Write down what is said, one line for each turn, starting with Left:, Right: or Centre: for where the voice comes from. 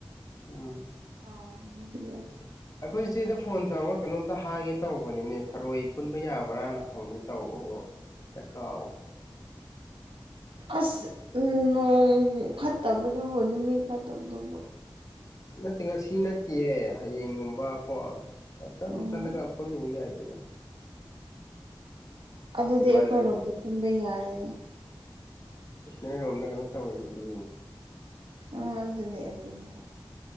Left: ꯑꯪ
Right: ꯍꯥꯎꯕꯅꯦ <unintelligible>
Left: ꯑꯩꯈꯣꯏ ꯆꯦꯗ ꯐꯣꯟ ꯇꯧꯔꯒ ꯀꯩꯅꯣꯝꯇ ꯍꯥꯏꯒꯦ ꯇꯧꯕꯅꯤꯅꯦ ꯊꯔꯣꯏ ꯈꯨꯟꯕ ꯌꯥꯕ꯭ꯔꯥꯅ ꯍꯪꯒꯦ ꯇꯧꯕꯕꯨ ꯍꯦꯛꯇ ꯀꯥꯎꯑꯦ
Right: ꯑꯁ ꯎꯝ ꯅꯣꯡ ꯐꯠꯇꯕꯗꯨꯕꯨ ꯅꯨꯃꯤꯠ ꯐꯠꯇꯕꯗꯨꯕꯨ
Left: ꯅꯠꯇꯦ ꯉꯁꯤ ꯅꯠꯇꯤꯌꯦ ꯍꯌꯦꯡꯒꯨꯝꯕ ꯀꯣ ꯉꯥꯛꯇꯪ
Right: ꯎꯝ
Left: ꯆꯠꯂꯒ ꯈꯨꯜꯂꯨ ꯌꯥꯏꯗꯅ
Right: ꯑꯗꯨꯗꯤ
Left: ꯏꯃꯥꯟꯅꯕ
Right: ꯑꯩꯈꯣꯏꯔꯣꯝꯗ ꯈꯟꯕ ꯌꯥꯏ
Left: ꯏꯁ ꯅꯣꯏꯔꯣꯝꯗ ꯀꯩꯅꯣ ꯇꯧꯋꯤꯗꯨꯗꯤ
Right: ꯑ ꯑꯗꯨꯅꯦ ꯑꯗꯨꯅꯦ